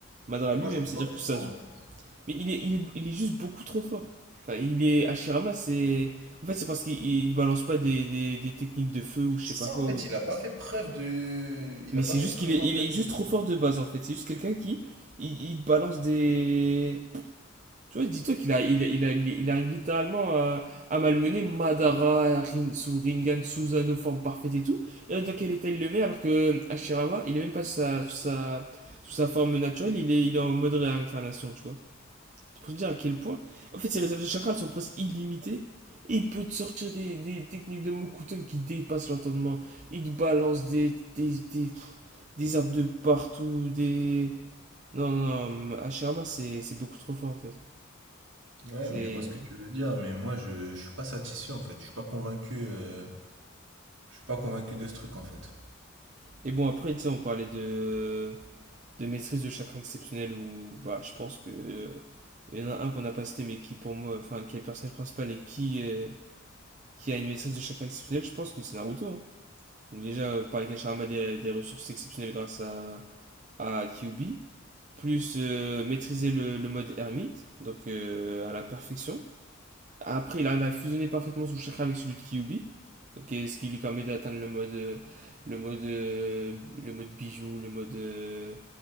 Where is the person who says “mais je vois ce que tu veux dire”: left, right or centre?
Right